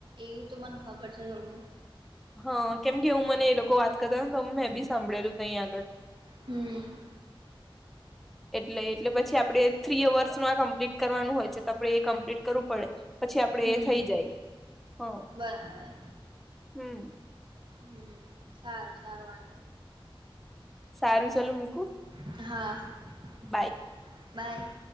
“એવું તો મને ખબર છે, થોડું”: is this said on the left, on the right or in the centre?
Right